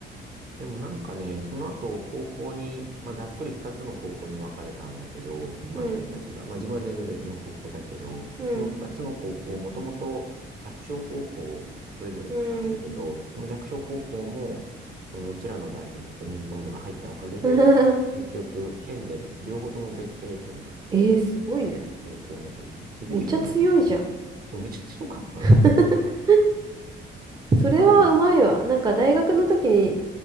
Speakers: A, on the right; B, on the right.
A: でもなんかね、その後、高校に、まあ、ざっくり二つの高校に分かれたんだけど、上手い人たちが。
B: うん、
A: まあ、自分は全然別の高校だけど、
B: うん、
A: その二つの高校、もともと弱小高校、それぞれ行ったんだけど、
B: うん。
A: その弱小高校も、そのうちらの代のバドミントン部が入ったおかげで、
B: <laughs>
A: 結局、県で両方ともベスト8になってた。
B: えー、すごいね。
A: 高校の時に。すごいよね。
B: めっちゃ強いじゃん。
A: そう、めちゃ強かったんだよ、
B: <laughs>
A: なんか。
B: それはうまいわ。
A: まあでも、
B: なんか大学の時に、